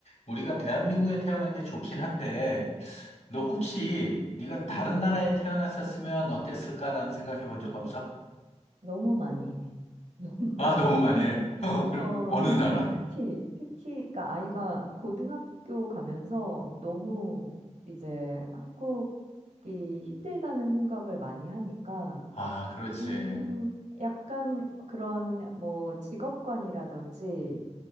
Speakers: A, on the left; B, on the right.
A: 우리가 대한민국에 태어난 게 좋긴 한데, 너 혹시
B: 응,
A: 네가 다른
B: 응.
A: 나라에 태어났었으면 어땠을까라는 생각해 본 적 없어?
B: 너무 많이 해. 너무, <laughs>
A: 아, 너무 많이 해. <laughs> 그럼
B: 어,
A: 어느
B: 요즘
A: 나라?
B: 특히, 특히, 그러니까 아이가 고등학교 가면서 너무 이제 한국이 힘들다는 생각을 많이 하니까,
A: 아, 그렇지.
B: 음, 약간 그런 뭐 직업관이라든지